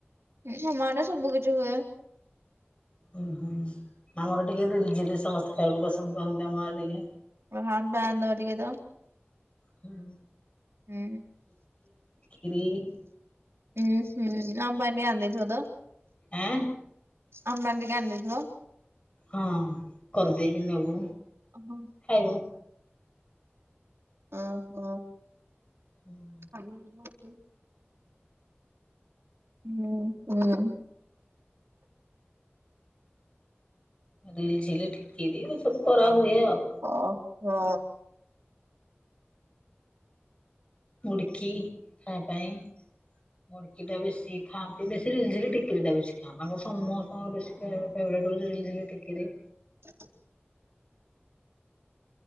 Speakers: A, on the right; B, on the left.
A: ହୁଁ ଆମ ଆଡେ ସବୁ କିିଛି ହୁଏ।
B: ଉୁଁ ହୁଁ ଆମର ଟିକେ ରିଲିଝିଲି ସମସ୍ତେ ଖାଇବାକୁ ପସନ୍ଦ କରନ୍ତି ଆମ ଆଡେ ଟିକେ।
A: ଓଃହ ଆମ ପାଇଁ ଆଣି ଦେବ ଟିକେ ତ।
B: ହୁଁ।
A: ହୁଁ
B: ଖିରି
A: ଉଁ ହୁଁ। ଆମ ପାଇଁ ଟିକେ ଆଣି ଦେଇଥିବ ତ
B: ଆଁ
A: ଆମ ପାଇଁ ଟିକେ ଆଣିଦେଇଥିବ।
B: ହଁ କରିଦେଇକି ନବୁ
A: ଓହୋ
B: ଖାଇବ।
A: ଅଁ ହୋ।
B: ଉଁ।
A: କାଲି ନୁହଁ କି? ଉଁ ହୁଁ।
B: ରିଲିଝିଲି ଠିକିରି ଏ ସବୁ କରାହୁଏ ଆଉ।
A: ଓହୋ।
B: ମୁଡକି ଖାଇଆ ପାଇଁ ମୁଡକି ଟା ବେଶି। ଖାଆନ୍ତି ବେଶି ରିଲିଝିଲିି ଠିକିରି ଟା ବେଶି ଖାଆନ୍ତି। ତାଙ୍କର ସମସ୍ତଙ୍କର ବେଶି ଖାଇଆ ଫେବରେଟ ହଉଚି ରିଲିଝିଲି ଠିକୀରି।
A: <inaudible>